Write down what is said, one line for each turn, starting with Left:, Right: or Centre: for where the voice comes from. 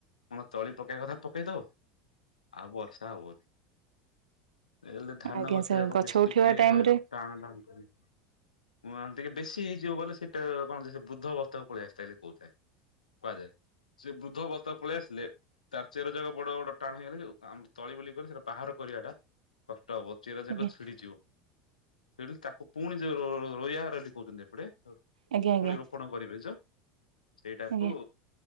Left: କଣ ତଳି ପକେଇବା କଥା। ପକେଇ ଦବ ଆଉ ବର୍ଷା ହବନି। ହେଲେ ଧାନ
Right: ଆଜ୍ଞା
Left: ଗଛ
Right: ସାର୍
Left: ଯାକ ବେଶୀ
Right: ଉଠିବା
Left: ଟିକେ
Right: ଟାଇମ ରେ
Left: ଟାଣ ଟାନ୍ତୁ ହ ଟିକେ ବେଶୀ ହେଇଯିବ ବୋଲେ ସେଟା କଣ ବୁଦ୍ଧବସ୍ଥାକୁ ପଳେଇଆସିଥାଏ ବୋଲି କହୁଥାଏ। କୁହାଯାଏ ସେ ବୃଦ୍ଧ ଅବସ୍ଥାକୁ ପଳେଇ ଆସିଲେ ତାର ଚେର ଯାକ ବଡ ବଡ ଟାଣ ହେଇଗଲେେ ତଳି ବେଳି କରି ସେଟା ବାହାର କରିବାଟା କଷ୍ଟ ହବ ଚେର ଯାକ
Right: ଆଜ୍ଞା
Left: ଛିଡିଯିବ। ସେ ତାକୁ ପୁଣି ଯଉ ର ରୋୟାରେଲି ଏପଟେ ପୁଣି
Right: ଆଜ୍ଞା ଆଜ୍ଞା
Left: ଆପଣ କରିବେ ଯେ ସେଇଟାକୁ
Right: ଆଜ୍ଞା